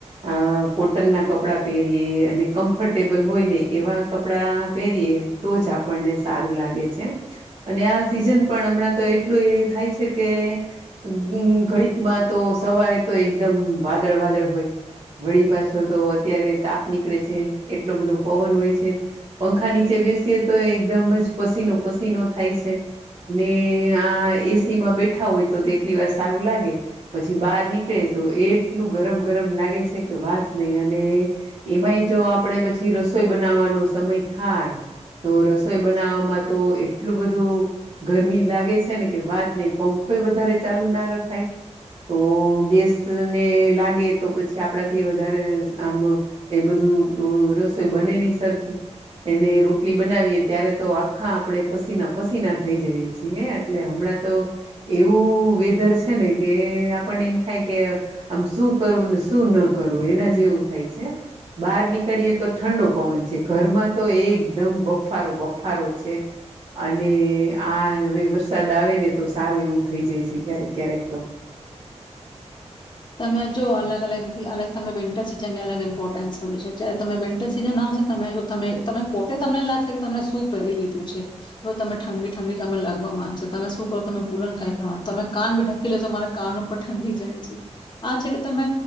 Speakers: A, on the right; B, on the left.
A: અ કોટનના કપડાં પહેરીએ અને કમ્ફર્ટેબલ હોય ને એવા કપડાં પહેરીએ તો જ આપણને સારું લાગે છે. અને આ સિઝન પણ હમણાં તો એટલું થાય છે. કે ઘડીકમાં તો સવારે તો એકદમ વાદળ વાદળ હોય વળી પાછો તો અત્યારે તાપ નીકળે છે એટલો બધો પવન હોય છે પંખા નીચે બેસીએ તો એકદમ જ પસીનો પસીનો થાય છે ને આ એસી માં બેઠ ઠા હોય તો તે એટલી વાર સારું લાગે પછી બહાર નીકળે તો એ એટલું ગરમ ગરમ લાગે છે કે વાત નહી અને એમાંય જો આપણે પછી રસોઈ બનાવવાનો સમય થાય તો રસોઈ બનાવવામાં તો એટલું બધું ગરમી લાગે છે ને કે વાત નહી. પંખોય વધારે ચાલુ ના રખાય તો ગેસ ને લાગે તો પછી આપડાથી વધારે આમ એ બધું રસોઈ બને નહ સરખી એને રોટલી બનાવીએ ત્યારે તો આખા આપણે પસીના પસીના થઈ જઈએ છીએ હે એટલે હમણાં તો એવું વેધર છે ને કે આપણને એમ થાય કે આમ શું કરવું ને શું ન કરવું એના જેવું થાય છે બહાર નીકળીએે તો ઠંડો પવન છે ઘરમાં તો એકદમ બફારો બફારો છે અને આ વર વરસાદ આવે ને તો સારું એવું થઈ જાય છે ક્યારેક ક્યારેક તો.
B: તમે જો અલગ અલગ અલગ તમે વિન્ટર સિઝનની અલગ ઇમ્પોર્ટન્સ હોય છે જયારે તમે વિન્ટર સિઝન આવશે તમે જો ત તમે પોતે તમને લાગશે કે તમ શું પહેરી લીધું છે કેવે તમે ઠંડી ઠંડી તમે લાગવા નશે તમે શું કરો તમે ભૂલન કઈ પ્રનું તમે કાન ભી ઢકી લેશો મારે કાન ઉપર ઠંડી જાય છે. આ છે કે તમે